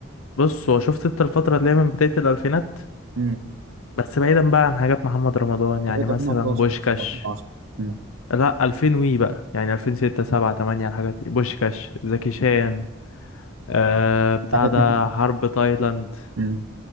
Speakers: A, on the left; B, on the right.
A: بص هو شفت انت الفترة اللي هي من بداية الألفينات
B: امم
A: بس بعيدا بقى عن حاجات محمد رمضان يعني
B: لغايه
A: مثلا
B: 2011
A: بوشكاش
B: مثلا 2010 امم
A: لا 2000 وي بقى يعني 2006 7 8 الحاجات دي بوشكاش زكي شان آه بتاع
B: جعلتني
A: ده
B: فيه.
A: حرب تايلاند
B: امم